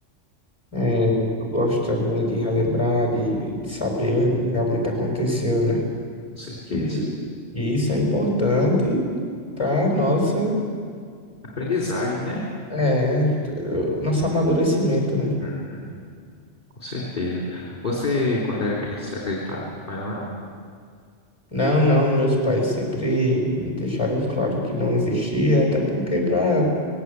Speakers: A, on the left (about 25°); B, on the left (about 40°).
A: é, eu gosto também de relembrar, de, de saber o que realmente aconteceu, né?
B: com certeza.
A: Que, que isso é importante para nossa,
B: Aprendizagem, né?
A: é, nosso amadurecimento, né?
B: Uhum, com certeza. Você, quando era criança, você acreditava em Papai Noel?
A: Não, não, meus pais sempre me deixaram claro que não existia, até porque para